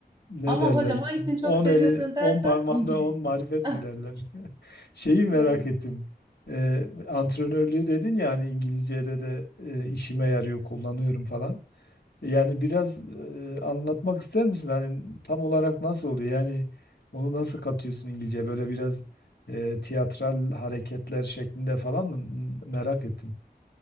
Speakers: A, on the left (about 75°); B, on the right (about 25°).
A: ne
B: Ama
A: derler?
B: hocam hangisini çok
A: 10
B: seviyorsun
A: elin
B: dersen
A: 10 parmağında
B: İngiliz.
A: 10 marifet
B: <laughs>
A: mi derler? <laughs> Şeyi merak
B: Bay bay.
A: ettim. E, antrenörlüğü dedin ya hani İngilizce'de de e, işime yarıyor, kullanıyorum falan. Yani biraz e, anlatmak ister misin? Hani tam olarak nasıl oluyor? Yani onu nasıl katıyorsun İngilizce? Böyle biraz e, tiyatral hareketler şeklinde falan mı? Merak ettim.